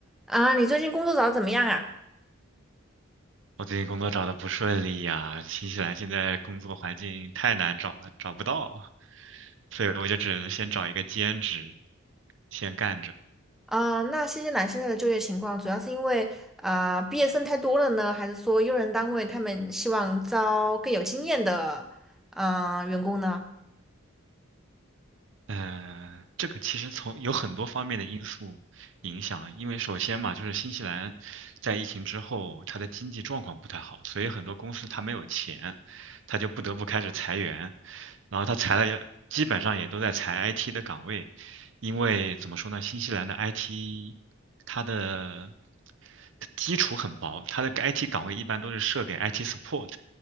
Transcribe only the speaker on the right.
我最近工作找的不顺利呀，新西兰现在工作环境太难找了，找不到，所以我就只能先找一个兼职，先干着。
呃，这个其实从有很多方面的因素影响，因为首先嘛，就是新西兰在疫情之后，它的经济状况不太好，所以很多公司它没有钱，它就不得不开始裁员，然后它裁了也，基本上也都在裁 IT 的岗位，因为怎么说呢，新西兰的 IT 它的基础很薄，它的 IT 岗位一般都是设给 IT support